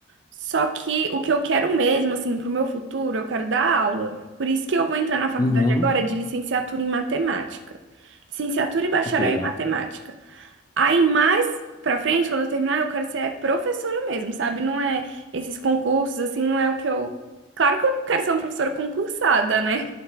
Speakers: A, on the right; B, on the left.
A: Só que o que eu quero mesmo, assim, pro meu futuro, eu quero dar aula. Por isso que eu vou entrar na faculdade
B: Uhum.
A: agora de licenciatura em matemática. Licenciatura e bacharel
B: Oh, que legal.
A: em matemática. Aí mais Pra frente, quando eu terminar, eu quero ser professora mesmo, sabe? Não é esses concursos, assim, não é o que eu. Claro que eu quero ser uma professora concursada, né?